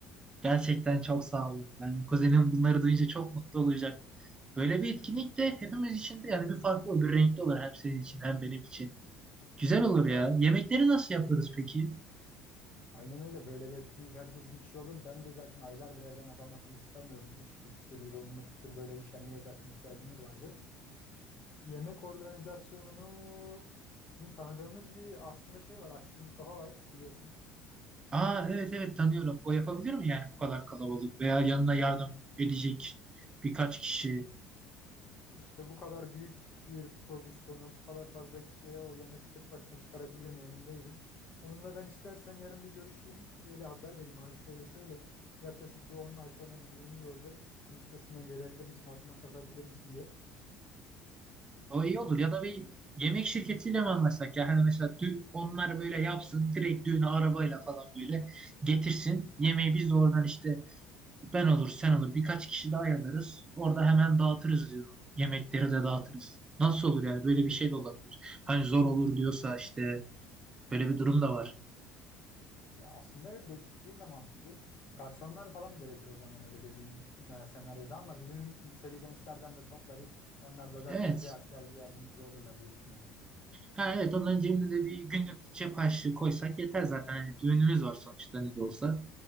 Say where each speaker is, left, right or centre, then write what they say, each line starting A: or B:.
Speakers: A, on the right; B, on the left.
A: Gerçekten çok sağ olun. Yani kuzenim bunları duyunca çok mutlu olacak. Böyle bir etkinlik de hepimiz için de yani bir farklı olur, bir renkli olur hem senin için hem benim için. Güzel olur
B: Tabii
A: ya. Yemekleri nasıl yaparız peki?
B: Aynen öyle. Böyle bir etkinlik herkesin içi olur. Ben de zaten aylardır evden adam akıllı çıkamıyorum. İş güçtür, yoğunluktur. Böyle bir şenliğe zaten ihtiyacımız vardı. Yemek organizasyonunu bizim tanıdığımız bir aslında şey var. Aşçı Mustafa var biliyorsun.
A: Aa evet evet tanıyorum. O yapabilir mi yani bu kadar kalabalık veya yanına yardım edecek birkaç kişi?
B: İşte bu kadar büyük bir prodüksiyona, bu kadar fazla kişiye o yemek tek başına çıkarabilir mi emin değilim. Onunla ben istersen yarın bir görüşeyim. Böyle haber vereyim abi şöyle şöyle. Yaklaşık bir 10 ay sonra bir düğünümüz olacak. Bunun üstesinden gelebilir misin, altından kalkabilir misin diye.
A: O iyi
B: Ee,
A: olur ya da bir yemek şirketiyle mi anlaşsak ya? Hani mesela dü- onlar böyle yapsın direkt düğünü arabayla falan böyle getirsin. Yemeği biz de oradan işte ben olur sen olur birkaç kişi daha ayarlarız. Orada hemen dağıtırız diyorum. Yemekleri de dağıtırız. Nasıl olur yani böyle bir şey de olabilir. Hani zor olur diyorsa işte böyle bir durum da var.
B: Ya aslında evet dediğin de mantıklı. Garsonlar falan gerekir o zaman öyle dediğin e, senaryoda ama bizim liseli gençlerden de toplarız. Onlar da zaten
A: Evet.
B: bir harçlığa bize yardımcı olurlar diye düşünüyorum.
A: Ha, evet onların cebine de bir günlük cep harçlığı koysak yeter zaten. Hani düğünümüz var sonuçta ne de olsa.